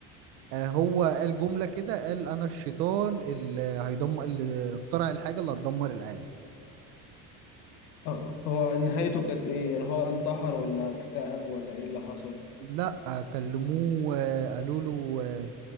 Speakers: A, on the right; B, on the left.
A: آه، هو قال جملة كده قال أنا الشيطان اللي هيدمر اللي اخترع الحاجة اللي هتدمر العالم
B: آه، فهو نهايته كانت إيه يعني هو انتحر ولا اكتئب ولا إيه اللي حصل؟
A: لا آه، كلموه آه، قالوا له آه،